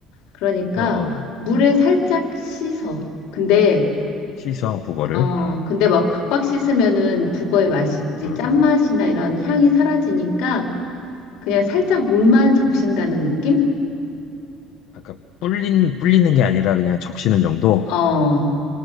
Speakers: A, on the left; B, on the left.
A: 그러니까
B: 어, 어.
A: 물에 살짝 씻어. 근데,
B: 씻어, 북어를.
A: 어,
B: 응,
A: 근데 막 박박 씻으면은 북어의 맛이 이제
B: 응,
A: 짠맛이나
B: 응.
A: 이런 향이 사라지니까 그냥 살짝
B: 어,
A: 물만 적신다는 느낌?
B: 아까 불린, 불리는 게 아니라 그냥 적시는 정도?
A: 어,